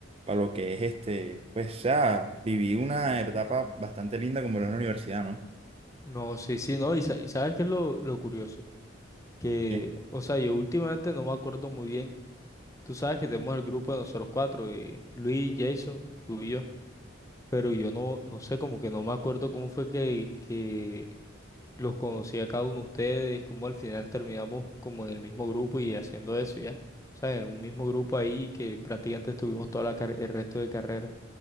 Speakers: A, on the right; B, on the left.
A: lo que es este, pues ya viví una etapa bastante linda como era la universidad, ¿no?
B: no, sí, sí, no. Y, sa- y sabes qué es lo, lo curioso, que,
A: Sí.
B: o sea, yo últimamente no me acuerdo muy bien. Tú sabes que tenemos el grupo de nosotros cuatro, eh, Luis, Jason, tú y yo. pero yo no, no sé, como que no me acuerdo cómo fue que, que los conocí a cada uno de ustedes, cómo al final terminamos como en el mismo grupo y haciendo eso ya. O sea, en un mismo grupo ahí que prácticamente estuvimos toda la car- el resto de carrera.